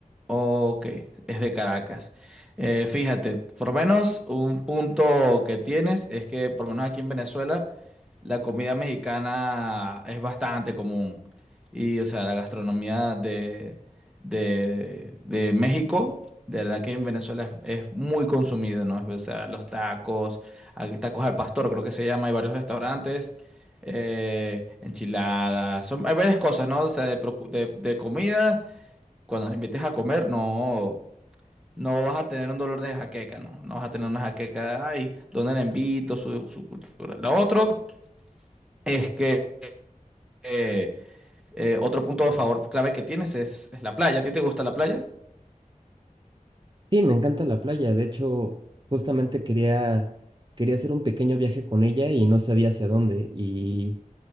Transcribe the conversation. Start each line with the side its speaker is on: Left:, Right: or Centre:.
Centre: Ok. Es de Caracas. Eh, fíjate, por lo menos un punto que tienes es que por lo menos aquí en Venezuela La comida mexicana es bastante común. Y, o sea, la gastronomía de, de, de México, de verdad que en Venezuela es, es muy consumida, ¿no? O sea, los tacos, hay tacos al pastor, creo que se llama, hay varios restaurantes, eh, enchiladas, son, hay varias cosas, ¿no? O sea, de, procu- de, de comida, cuando nos invites a comer, no, no vas a tener un dolor de jaqueca, ¿no? No vas a tener una jaqueca, ay, ¿dónde la invito? Su, su cultura. Lo otro es que eh, eh, otro punto a favor clave que tienes es, es la playa. ¿A ti te gusta la playa?
Right: Sí, me encanta la playa. De hecho, justamente quería, quería hacer un pequeño viaje con ella y no sabía hacia dónde. Y,